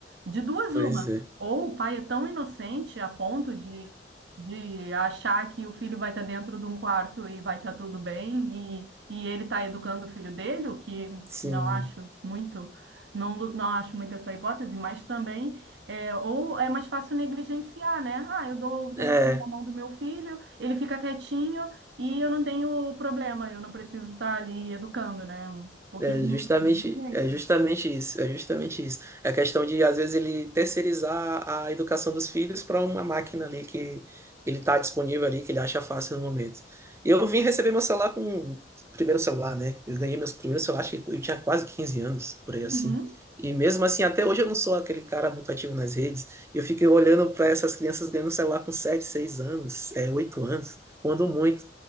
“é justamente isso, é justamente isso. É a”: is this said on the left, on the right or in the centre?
Right